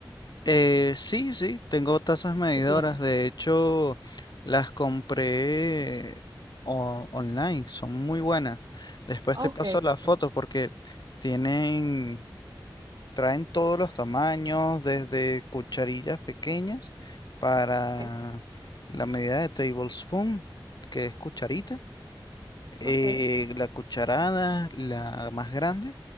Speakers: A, on the left; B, on the right.
A: Eh, sí, sí, tengo tazas medidoras.
B: Sí tienes.
A: De hecho, las compré o- online. Son muy buenas. Después
B: Ok,
A: te paso las
B: perfecto.
A: fotos porque tienen, traen todos los tamaños, desde cucharillas pequeñas para
B: Ok,
A: la medida de tablespoon, que es cucharita. eh,
B: ok.
A: la cucharada, la más grande,